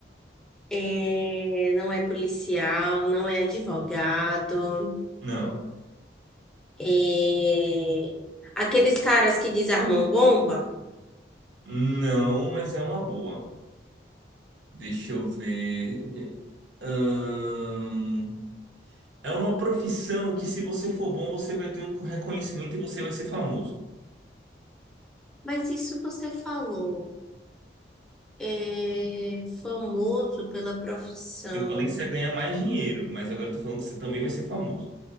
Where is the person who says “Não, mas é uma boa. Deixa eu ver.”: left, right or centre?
Right